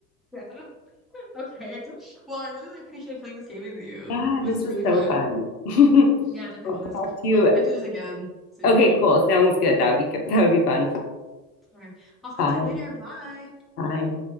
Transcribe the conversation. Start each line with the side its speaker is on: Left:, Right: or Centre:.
Centre: yeah. <laughs> Okay. Well, I really, really appreciated playing this game with you.
Left: Yeah,
Centre: It was
Left: this
Centre: really
Left: was so
Centre: fun.
Left: fun.
Centre: Yeah,
Left: <laughs>
Centre: it definitely
Left: I'll
Centre: was.
Left: talk to
Centre: We'll
Left: you.
Centre: have, we have to do this again soon.
Left: Okay, cool. Sounds good. That would be good. That would be fun.
Centre: Okay. I'll talk
Left: Bye.
Centre: to you later. Bye.
Left: Bye.